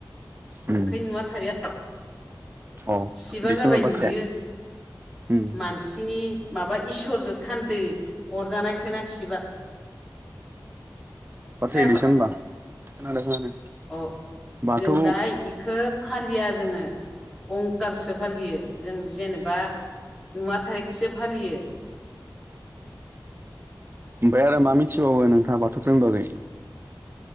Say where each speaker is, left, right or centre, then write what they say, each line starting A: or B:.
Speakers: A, on the right; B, in the centre.
A: उम
B: ओंखायनो नुवा थारैया
A: अ
B: सिबा
A: बिदिसो
B: जाबाय
A: होमबा
B: नुयो
A: बाथ्राया उम
B: मानसिनि माबा इसोरजों थान्दै अरजानायसोना सिबा
A: फाथैसो
B: खोनायाखै
A: होमबा खोनादों खोनादों
B: अ
A: बाथौ
B: जों दा इखौ फालिया जोङो अंखारसो फालियो जों जेनेबा नुवा थारिखोसो फालियो
A: ओमफाय आरो मा मिथिबावो नोंथाङा बाथौ धोरोम बागै